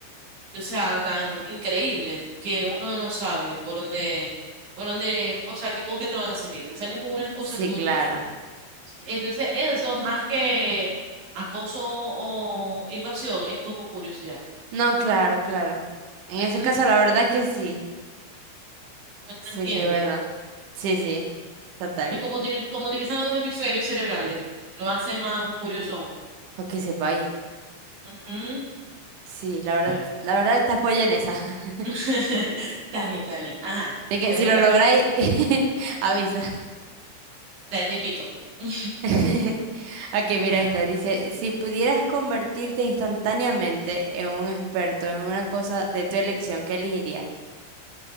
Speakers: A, on the right; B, on the right.
A: o sea, tan increíble que uno no sabe por dónde, por dónde, o sea, que, con qué te van a salir. Te salen con unas cosas
B: Sí,
A: que uno,
B: claro.
A: es- entonces eso más que acoso o invasión es como curiosidad.
B: No, claro, claro. En ese
A: ¿Mm?
B: caso, la verdad es que sí.
A: ¿No
B: Sí,
A: entiendes?
B: sí, es verdad. Sí, sí. Total.
A: Y como, tiene como utilizan los dos hemisferios cerebrales, lo hace más curioso aún.
B: Para que sepa ahí.
A: Ujú.
B: Sí, la verdad,
A: Vaya.
B: la verdad te apoyo en esa. <laughs>
A: <laughs> Está bien, está bien. Ajá.
B: De que
A: Te
B: si
A: toca.
B: lo lográis, <laughs> avisa.
A: Dale, te invito. <laughs>
B: <laughs> Ok, mira
A: Ajá.
B: esta. Dice, si pudieras convertirte instantáneamente en un experto en una cosa de tu elección, ¿qué elegirías?